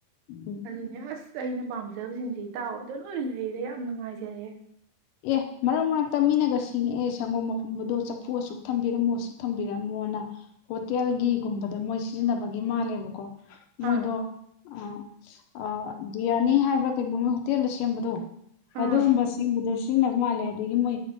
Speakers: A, on the left; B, on the right.
A: ꯎꯝ
B: ꯑꯗꯨꯅꯤ ꯑꯥ꯭ꯁ ꯀꯩꯅꯣ ꯄꯥꯝꯖꯕꯁꯤꯡꯁꯦ ꯏꯇꯥꯎ ꯍꯣꯏꯗ ꯣꯏ ꯂꯩꯔꯦ ꯌꯥꯝ ꯅꯨꯡꯉꯥꯏꯖꯔꯦ
A: ꯑꯦ ꯃꯔꯛ ꯃꯔꯛꯇ ꯃꯤꯅꯒ ꯁꯤꯡꯉꯛꯑꯦ ꯁꯪꯒꯣꯝ ꯑꯐꯝꯕꯗꯣ ꯆꯐꯨ ꯑꯁꯨꯛ ꯊꯝꯕꯤꯔꯝꯃꯣ ꯑꯁꯨꯛ ꯊꯝꯕꯤꯔꯝꯃꯣꯅ ꯍꯣꯇꯦꯜꯒꯤꯒꯨꯝꯕꯗ ꯃꯣꯏ ꯁꯤꯖꯤꯟꯅꯕꯒꯤ ꯃꯥꯜꯂꯦꯕꯀꯣ ꯃꯣꯏꯗꯣ
B: ꯑꯥ
A: ꯑꯥ ꯑꯥ ꯕꯤꯌꯥꯏ ꯍꯥꯏꯕ꯭ꯔꯥ ꯀꯩꯅꯣ ꯍꯣꯇꯦꯜꯗ ꯁꯦꯝꯕꯗꯣ ꯑꯗꯨꯒꯨꯝꯕ
B: ꯑꯥ
A: ꯁꯦꯝꯕꯗ <unintelligible> ꯁꯤꯖꯤꯟꯅꯕ ꯃꯥꯜꯂꯦ ꯑꯗꯒꯤ ꯃꯣꯏ